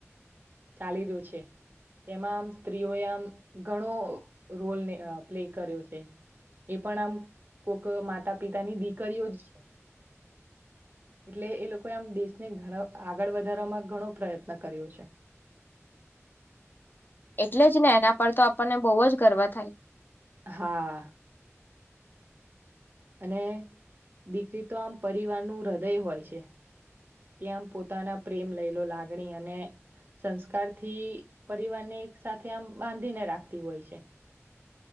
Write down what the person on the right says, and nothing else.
ચાલી રહ્યું છે તેમાં આમ સ્ત્રીઓએ આમ ઘણો રોલને પ્લે કર્યો છે એ પણ આમ કોક માતા પિતાની દીકરીઓ જ છે એટલે એ લોકોએ આમ દેશને ઘણા આગળ વધારવામાં ઘણો પ્રયત્ન કર્યો છે
હા અને દીકરી તો આમ પરિવારનું હૃદય હોય છે ત્યા પોતાના પ્રેમ લઈ લો લાગણી અને સંસ્કાર થી પરિવારને એક સાથે આમ બાંધીને રાખતી હોય છે